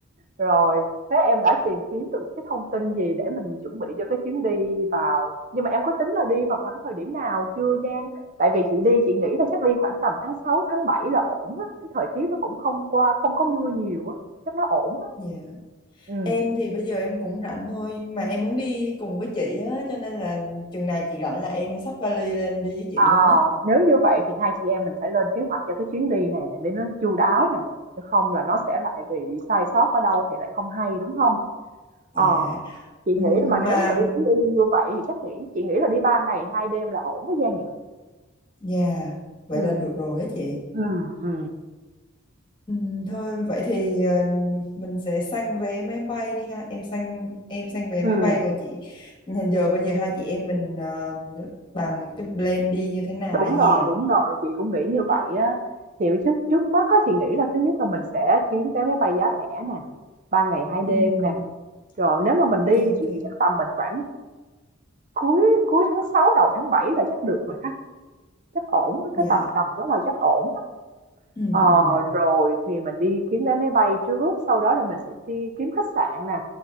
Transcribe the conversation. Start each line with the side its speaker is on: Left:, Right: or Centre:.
Right: Rồi, thế em đã tìm kiếm được những cái thông tin gì để mình chuẩn bị cho cái chuyến đi vào nhưng mà em có tính là đi vào khoảng thời điểm nào chưa Giang? Tại vì chị đi chị nghĩ là chắc đi khoảng tầm tháng 6 tháng 7 là ổn á, cái thời tiết nó cũng không qua không có mưa nhiều á, chắc nó ổn á.
Left: Dạ
Right: Ừ.
Left: Em thì bây giờ em cũng rảnh thôi mà em muốn đi cùng với chị á cho nên là chừng nào chị rảnh là em xách vali lên đi với chị
Right: À,
Left: luôn á.
Right: nếu như vậy thì hai chị em mình phải lên kế hoạch cho cái chuyến đi này này để nó chu đáo nè, chứ không là nó sẽ lại bị sai sót ở đâu thì lại không hay đúng không? Ờ.
Left: Dạ.
Right: Chị
Left: Ừm,
Right: nghĩ mà nếu
Left: Mà
Right: mà đi Phú Yên như vậy thì chắc nghĩ chị nghĩ là đi 3 ngày 2 đêm là ổn với Giang nhỉ?
Left: dạ vậy
Right: ừ
Left: là được rồi á chị.
Right: ừ ừ
Left: Ừm, thôi vậy thì ờ, mình sẽ săn vé máy bay đi ha. Em săn em săn vé
Right: ừm,
Left: máy bay còn chị giờ bây giờ hai chị em mình ờ, bàn cái plan đi như thế nào
Right: đúng
Left: đây nha.
Right: rồi, đúng rồi, chị cũng nghĩ như vậy á. Thì trước trước mắt á, chị nghĩ là thứ nhất là mình sẽ kiếm vé máy bay giá rẻ nè, 3 ngày 2 đêm
Left: Ừm,
Right: nè. Rồi nếu mà mình
Left: ok
Right: đi thì
Left: ok.
Right: chị nghĩ chắc tầm mình khoảng cuối cuối tháng 6 đầu tháng 7 là chắc được rồi ha, chắc ổn cái
Left: Dạ.
Right: tầm tầm đó là chắc ổn.
Left: Ừm,
Right: Ờ,
Left: ừm,
Right: rồi thì mình đi kiếm vé máy bay trước, sau đó là mình sẽ đi kiếm khách sạn nè.